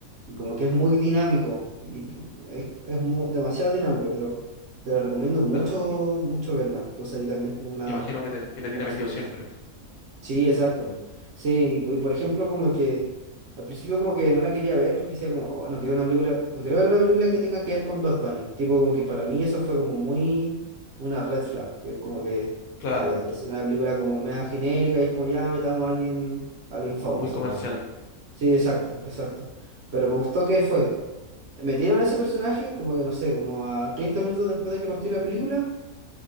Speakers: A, on the right (about 60°); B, on the left (about 75°).
A: y como que es muy dinámico y es, es mu- demasiado dinámico, pero te lo te la recomiendo mucho,
B: claro.
A: mucho verla. Entonces ahí también tengo una
B: Imagino que te, que te tiene
A: buena experiencia.
B: metido siempre.
A: Sí, exacto. Sí, y, y por ejemplo, como que al principio como que no la quería ver porque decía como, "Oh, no quiero una película, no quiero ver una película que tenga que ver con Bad Bunny. Tipo, como que para mí eso fue como muy una red flag. que Es como que,
B: Claro,
A: ah, ya, es una película como media genérica y es como, ya metamos a alguien, a alguien
B: o
A: famoso
B: muy comercial.
A: nomás. Sí, exacto, exacto. Pero me gustó que fue, metieron a ese personaje como que, no sé, como a 30 minutos después de que partió la película